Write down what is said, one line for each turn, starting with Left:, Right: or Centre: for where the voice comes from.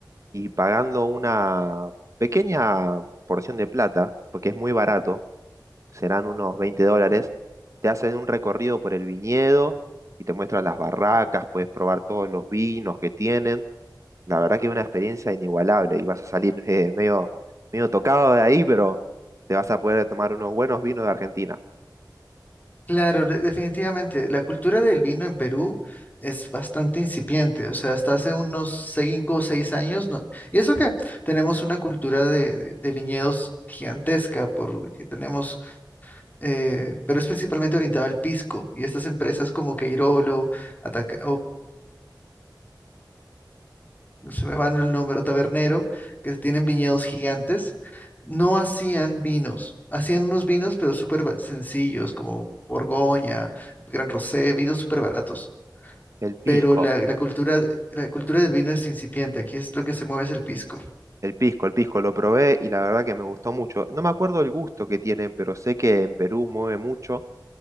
Right: Y pagando una pequeña porción de plata, porque es muy barato, serán unos 20 dólares, te hacen un recorrido por el viñedo y te muestran las barracas, puedes probar todos los vinos que tienen la verdad que es una experiencia inigualable y vas a salir eh, medio, medio tocado de ahí, pero te vas a poder tomar unos buenos vinos de Argentina.
Left: Claro, de- definitivamente. La cultura del vino en Perú es bastante incipiente. O sea, hasta hace unos cinco o seis años, no- Y eso que tenemos una cultura de, de- de viñedos gigantesca, porque tenemos, eh, pero es principalmente orientada al pisco. Y estas empresas como Queirolo, Ataca, se me van el nombre, tabernero, que tienen viñedos gigantes, no hacían vinos. Hacían unos vinos, pero súper ba- sencillos, como Borgoña, Gran Rosé, vinos súper baratos.
Right: El pisco,
Left: Pero la, la cultura, la cultura del vino es incipiente. Aquí es lo que se mueve es el pisco.
Right: el pisco, el pisco lo probé y la verdad que me gustó mucho. No me acuerdo el gusto que tiene, pero sé que en Perú mueve mucho